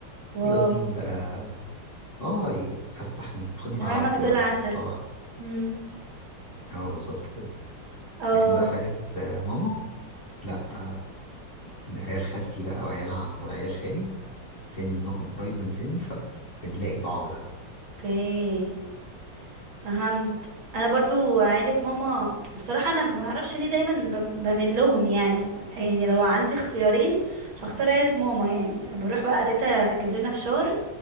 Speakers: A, on the right; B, on the left.
A: واو
B: يوديني بقى اه يفسحني ياخدني معاه
A: امامك
B: العب كورة
A: دول عسل
B: هو
A: مم.
B: هو بالظبط كده
A: اه
B: لكن بقى فايت ماما لا بقى عيال خالتي بقى وعيال ع- وعيال خالي سنهم قريب من سني فبنلاقي بعض بقى
A: اوكي فهمت انا برضو عيلة ماما بصراحة انا ما اعرفش ليه دايما بم- بميل لهم يعني يعني لو عندي اختيارين هختار عيلة ماما يعني انا بروح بقى تيتا تجيب لنا فشار